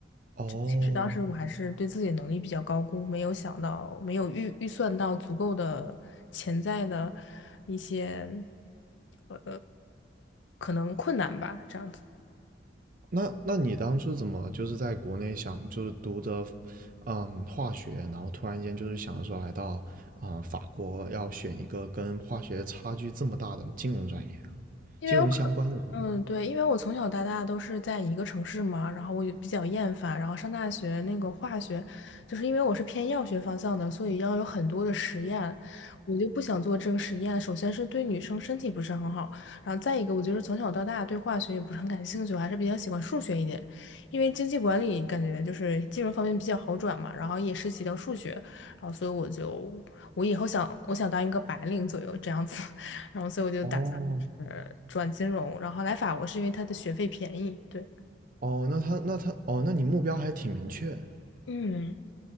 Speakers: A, on the right; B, on the left.
A: 哦，
B: 就其实当时我还是对自己能力比较高估，没有想到，没有预预算到足够的潜在的一些呃可能困难吧，这样子。
A: 那那你当初怎么就是在国内想就是读着，嗯，化学，然后突然间就是想说来到啊、呃法国要选一个跟化学差距这么大的金融专业啊
B: 因为我可。
A: 金融相关的专业。
B: 嗯，对，因为我从小到大都是在一个城市嘛，然后我也比较厌烦，然后上大学那个化学，就是因为我是偏药学方向的，所以要有很多的实验，我就不想做这个实验。首先是对女生身体不是很好，然后再一个，我就是从小到大对化学也不是很感兴趣，我还是比较喜欢数学一点，因为经济管理感觉就是金融方面比较好转嘛，然后也涉及到数学，然后所以我就我以后想我想当一个白领左右这样子。然后所以我就打
A: 哦
B: 算是转金融，然后来法国是因为它的学费便宜。对，
A: 哦，那他那他哦，那你目标还挺明确
B: 嗯